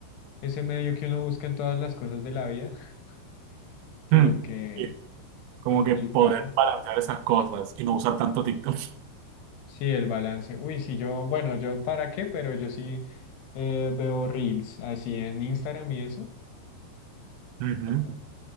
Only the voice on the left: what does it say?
ese medio que uno busca en todas las cosas de la vida, <laughs> pero
que
complicado.
Sí, el balance. Uy, sí, yo, bueno, yo para qué, pero yo sí eh, veo reels así en Instagram y eso.
pero